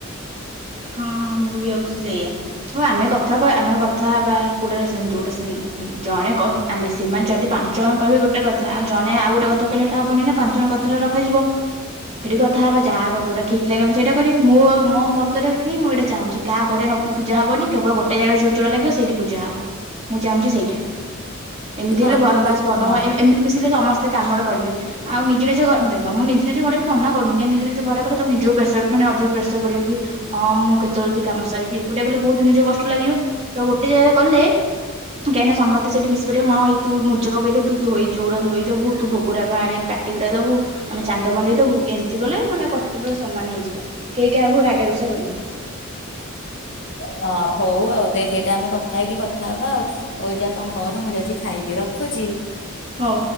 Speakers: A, on the right; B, on the left.
A: ହଁ ମୁଁ ବି ଆଉଚି ସେଇଆ ହଉ ଆମେ କଥା ହବା ଆମେ କଥା ହେବା କୋଉଟା ସେ ଯୋଉଟା ଉୁଁ ହୁଁ ଜଣେ କହି ଆମେ ସେମା ଯଦି ପାଞ୍ଚ ଅଣ କହିବେ ଗୋଟେ କଥା ଆଉ ଜଣେ ଆଉ ଗୋଟେ କଥା କହିଲେ ହେଟା ହବନି ନା ପାଞ୍ଚ ଜଣ କଥାଟା ରଖାଯିବ। ହେଠି କଥା ହେବା ଯାହା କ ଯୋଉଟା ଠିକ୍ ଲାଗିବ ସେଇଟା କରିବା ମୁଁ ଆଉ ମୋ ମ ତ ଟା ହିଁ ମୁଁ ଏଇଟା ଚାହୁଁଚି କାହା ଘରେ ପୂଜା ହବନି କେବଳ ଗୋଟେ ଜାଗାରେ ଯୋଉ ଚୁଡ଼ା ଲାଗିବ ସେଇଠି ପୂଜା ହବ। ମୁଁ ଚାହୁଁଚି ସେଇଟା ଏମିତି
B: ହଁ
A: ହେଲେ ବା
B: ତୁ
A: ବାସ୍
B: ଯୋ
A: ଭଲ
B: ହଁ
A: ହଏ ଏମିତି ମିଶିଲେ ସମସ୍ତେ କାମରେ କରିବେ। ଆଉ ନିଜ ନିଜ ଘ ଦେଖ ମୁଁ ନିଜ ନିଜ ଘରେ ବି ମନା କରୁନି ନିଜ ନିଜ ଘରେ କଲେ ତମୁ ନିଜକୁ ପେସର ମାନେ ଅଧିକ ପ୍ରେସର ପଡିବ କି ଅଁ ମୁଁ କେତେ ଯଲ୍ଦି କାମ ସାରିବି ଏକୁଟିଆ ଗଲେ ବହୁତ ନିଜକୁ କଷ୍ଟ ଲାଗିବ ତ ଗୋଟେ ଜାଗାରେ କଲେ କେଇନା ସମତେ ସେଠି ମିଶି ପରିବେ ହଁ ତୁ ମୁର୍ଜ ପକେଇଦବୁ ଧୋଇ ଚୋଉରା ଧୋଇଦବୁ, ତୁ ଭୋଗଟାକୁ ଆଣି କାଟିିକୁଟା ଦବୁ ଆମେ ଚାନ୍ଦ ବନ୍ଦେଇ ଦବୁ ଏମିତି କଲେ ମାନେ କତବ୍ୟ ସମାନ ହେଇଯିବ କେହି କାହାକୁ ରାଗା ଋଷା କରିବେନି।
B: ହଁ ହଉ ଆଉ ଦେଖେ ଏଇଟା ଆମେ କଥା ହେଇକି କଥା ହବା ଆଉ। ହଉ ଯା କଁ କର ମୁଁ ଯାଉଚି ଖାଇବି ରଖୁଚି।
A: ହଉ।